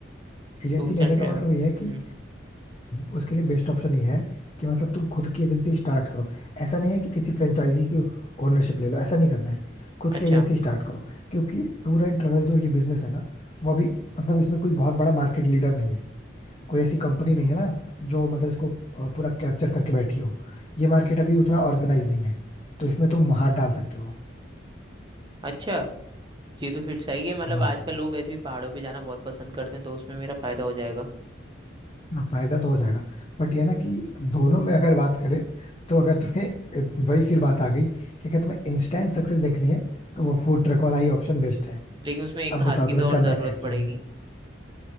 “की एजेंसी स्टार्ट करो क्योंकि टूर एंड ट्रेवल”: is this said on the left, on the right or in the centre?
Left